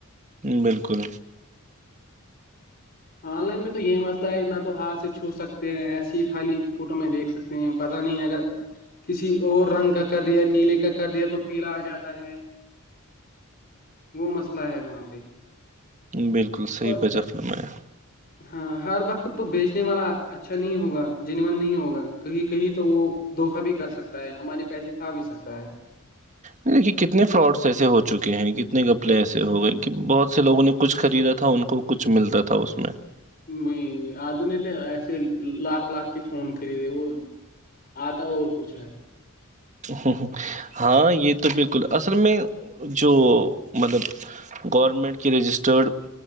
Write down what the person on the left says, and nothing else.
آن لائن میں تو یہ مسئلہ ہے نہ تو ہاتھ سے چھو سکتے ہیں ایسیے ہی خالی فوٹو میں دیکھ سکتے ہیں پتاہ نہیں اگر کسی اور رنگ کا کر دیا نیلے کا کر دیا تو پیلا آ جاتا ہے وہ مسئلہ ہے وہاں پہ
اور
ہاں ہر وقت تو بیچنے والا اچھا نہیں ہوگا جنن نہیں ہوگا کہیں کہیں تو وہ دھوکا بھی کر سکتا ہے ہمارے پیسے کھا بھی سکتا ہے
وہی آدو نہیں تھے ایسے لاکھ لاکھ کے فون خریدے وہ آتا اور کچھ ہے